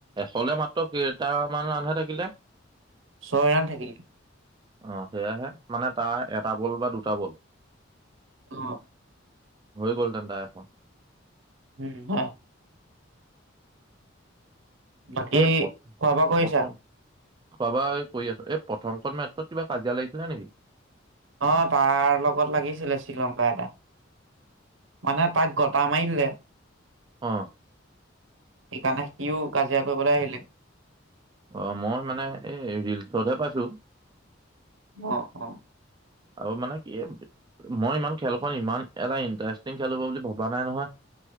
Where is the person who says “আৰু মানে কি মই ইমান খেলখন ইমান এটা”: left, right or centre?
Right